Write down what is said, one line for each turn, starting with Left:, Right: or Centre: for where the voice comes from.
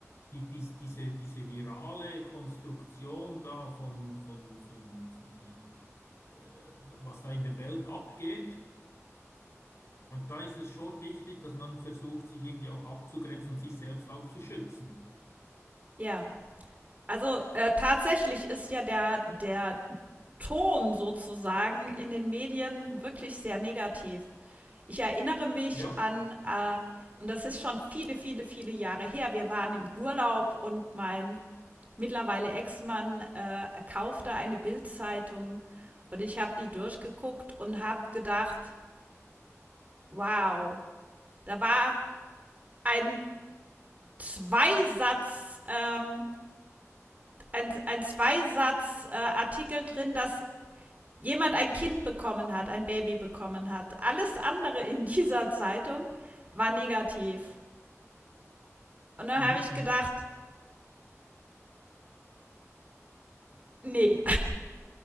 Left: die, dies- diese, diese virale Konstruktion da von, von, von, von äh, äh, was da in der Welt abgeht. Und da ist es schon wichtig, dass man versucht, sich irgendwie auch abzugrenzen und sich selbst auch zu schützen.
Right: Ja. Also äh, tatsächlich ist ja der, der Ton sozusagen in den Medien wirklich sehr negativ. Ich erinnere mich
Left: Ja,
Right: an, äh, und das ist schon viele, viele, viele Jahre her, wir waren im Urlaub und mein mittlerweile Ex-Mann äh, kaufte eine Bildzeitung und ich habe die durchgeguckt und habe gedacht, wow, da war ein Zweisatz, ähm, ein, ein Zweisatz-Artikel äh, drin, dass jemand ein Kind bekommen hat, ein Baby bekommen hat. Alles andere in dieser Zeitung war negativ. Und dann
Left: mhm,
Right: habe ich
Left: mhm.
Right: gedacht, Nee,